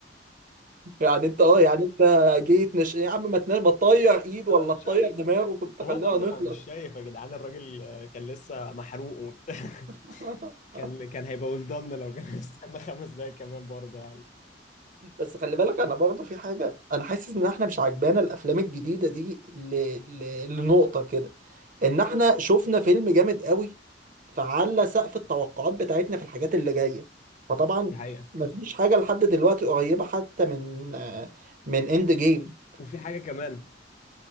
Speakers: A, on the right; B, on the left.
A: يعني انت اه يعني انت جيت نش... يا عم ما تنام ما تطير ايد ولا
B: انا مش
A: تطير
B: عارف انا
A: دماغه كنت
B: وهو
A: خلينا
B: برضه
A: نخلص
B: ما هو مش شايف يا جدعان الراجل آه، كان لسه محروق وبتاع <laughs>
A: <laughs>
B: كان كان هيبقى ولدان لو كان <laughs> استنى خمس دقايق كمان برضه يعني
A: بس خلي بالك انا برضه في حاجه انا حاسس ان احنا مش عجبانا الافلام الجديده دي ل... ل... لنقطه كده ان احنا شفنا فيلم جامد قوي فعلى سقف التوقعات بتاعتنا في الحاجات اللي جايه فطبعا
B: دي حقيقة
A: مفيش حاجه لحد دلوقتي قريبه حتى من آه، من اند جيم
B: وفي حاجة كمان